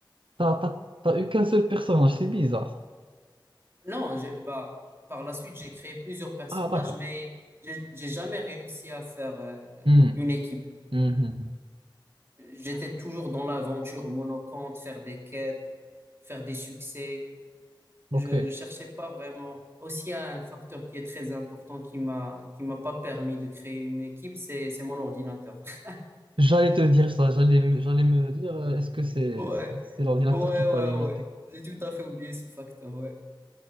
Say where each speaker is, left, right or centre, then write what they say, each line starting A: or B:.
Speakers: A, on the right; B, on the right.
A: t'as, t'as, t'as eu qu'un seul personnage, c'est bizarre.
B: Non, j'ai- bah, par la suite, j'ai créé plusieurs personnages,
A: Ah, d'accord.
B: mais j'ai j'ai jamais réussi à faire euh,
A: Hmm,
B: une équipe.
A: hmm, hmm, hmm.
B: J'étais toujours dans l'aventure monocante, faire des quêtes, faire des succès.
A: Ok.
B: Je ne cherchais pas vraiment. Aussi, il y a un facteur qui est très important qui m'a qui m'a pas permis de créer une équipe, c'est c'est mon ordinateur. <laughs>
A: J'allais te dire ça, j'allais, j'allais me dire, euh, est-ce que c'est
B: Ouais,
A: c'est l'ordinateur
B: ouais,
A: qui
B: ouais,
A: t'a limité?
B: ouais. J'ai tout à fait oublié ce facteur, ouais.